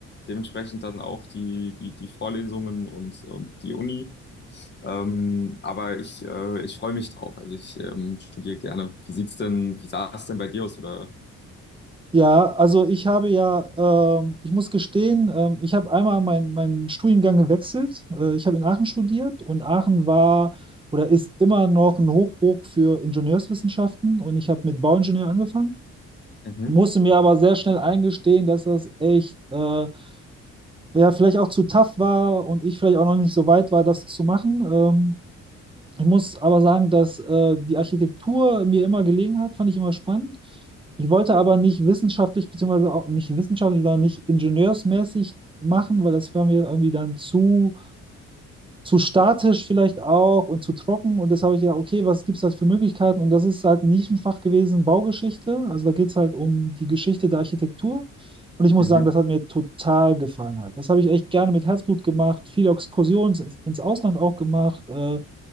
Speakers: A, on the left; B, on the right.
A: Dementsprechend dann auch die, die, die Vorlesungen und, und die Uni. Ähm, aber ich, äh, ich freue mich drauf. Also ich ähm, studiere gerne. Wie sieht's denn, wie sah es denn bei dir aus? Oder?
B: Ja, also ich habe ja, ähm, ich muss gestehen, ähm, ich habe einmal mein, meinen Studiengang gewechselt. Äh, ich habe in Aachen studiert und Aachen war oder ist immer noch ein Hochburg für Ingenieurswissenschaften und ich habe mit Bauingenieur angefangen,
A: Mhm.
B: musste mir aber sehr schnell eingestehen, dass das echt äh, ja, vielleicht auch zu tough war und ich vielleicht auch noch nicht so weit war, das zu machen. Ähm, ich muss aber sagen, dass äh, die Architektur mir immer gelegen hat, fand ich immer spannend. Ich wollte aber nicht wissenschaftlich, beziehungsweise auch nicht wissenschaftlich, sondern nicht ingenieursmäßig machen, weil das war mir irgendwie dann zu zu statisch vielleicht auch und zu trocken. Und das habe ich ja, okay, was gibt es da für Möglichkeiten? Und das ist halt ein Nischenfach gewesen, Baugeschichte. Also da geht es halt um die Geschichte der Architektur. Und ich muss
A: Mhm.
B: sagen, das hat mir total gefallen halt. Das habe ich echt gerne mit Herzblut gemacht, viele Exkursionen ins, ins Ausland auch gemacht äh,